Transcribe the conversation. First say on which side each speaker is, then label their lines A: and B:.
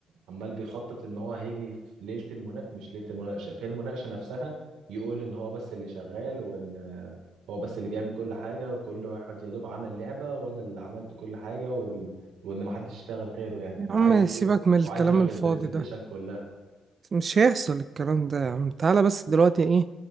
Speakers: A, on the right (about 85°); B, on the right (about 45°).
A: عمال بيخطط ان هو هيجي في ليله المناقشه مش ليله المناقشه في المناقشه نفسها يقول ان هو بس اللي شغال وان آه، هو بس اللي بيعمل كل حاجه وكل واحد يا دوب عمل لعبه وانا اللي عملت كل حاجه وال... وان محدش يشتغل غيره يعني
B: يا
A: وعايز
B: عم
A: يقول...
B: سيبك من الكلام
A: وعايز ياخد
B: الفاضي
A: البرزنتيشن
B: ده
A: كلها
B: مش هيحصل الكلام ده يا عم تعالى بس دلوقتي ايه